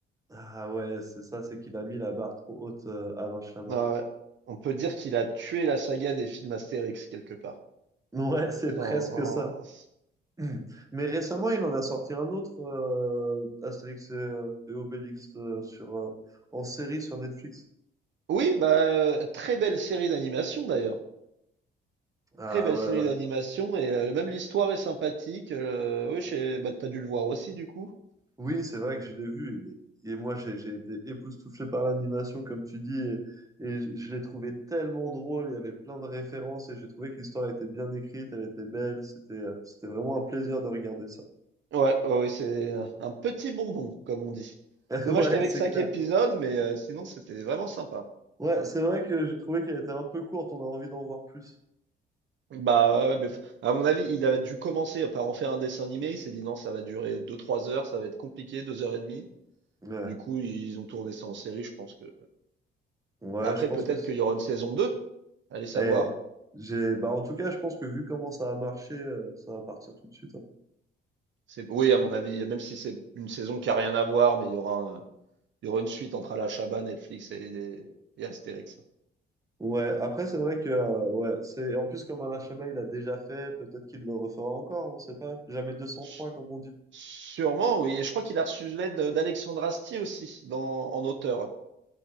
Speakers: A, on the right; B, on the right.
A: Ah ouais, c'est ça, c'est qu'il a mis la barre trop haute, euh, Alain Chabat.
B: Ouais. ouais. on peut dire qu'il a tué la saga des films Astérix, quelque part.
A: <laughs> Ouais, c'est
B: Sans-
A: presque ça. <clears throat> Mais récemment, il en a sorti un autre, euh, Astérix et, euh, et Obélix, euh, sur, euh, en série sur Netflix.
B: Oui, bah, très belle série d'animation d'ailleurs.
A: Ah
B: Très belle
A: ouais,
B: série
A: ouais.
B: d'animation et euh, même l'histoire est sympathique. Euh, oui, j'ai- bah, t'as dû le voir aussi du coup.
A: Oui, c'est vrai que je l'ai vu. il est- Et moi, j'ai j'ai été époustouflé par l'animation, comme tu dis. Et, et je je l'ai trouvé tellement drôle. Il y avait plein de références. Et j'ai trouvé que l'histoire était bien écrite. Elle était belle. C'était euh, c'était vraiment un plaisir de regarder ça.
B: Ouais, ouais, ouais, c'est un un petit bonbon, comme on dit.
A: <laughs>
B: Dommage
A: Ouais,
B: qu'avec
A: c'est
B: cinq
A: clair.
B: épisodes, mais euh, sinon c'était vraiment sympa.
A: Ouais, c'est vrai que j'ai trouvé qu'elle était un peu courte. On a envie d'en voir plus.
B: Bah, ouais, mais f- à mon avis, il a dû commencer par en faire un dessin animé. Il s'est dit non, ça va durer deux-trois heures, ça va être compliqué, 2 heures et demie.
A: Ouais,
B: Du coup, ils ont tourné ça en série, je pense que.
A: ouais,
B: bah, Après,
A: je pense
B: peut-être
A: que. c'est-
B: qu'il y aura une saison 2, allez savoir.
A: Eh, j'ai, bah en tout cas, je pense que vu comment ça a marché, euh, ça va partir tout de suite. hein.
B: C'est, oui, à mon avis, même si c'est une saison qui a rien à voir, mais il y aura, un- il y aura une suite entre Alachaba, Netflix et, et Astérix.
A: Ouais, après, c'est vrai que, euh, ouais, c'est, en plus, comme Alain Chabat, il a déjà fait, peut-être qu'il le refera encore, on sait pas. Jamais deux cent
B: S-
A: trois comme on dit.
B: Sûrement, oui. Et je crois qu'il a reçu l'aide d'Alexandre Astier aussi dans, en auteur.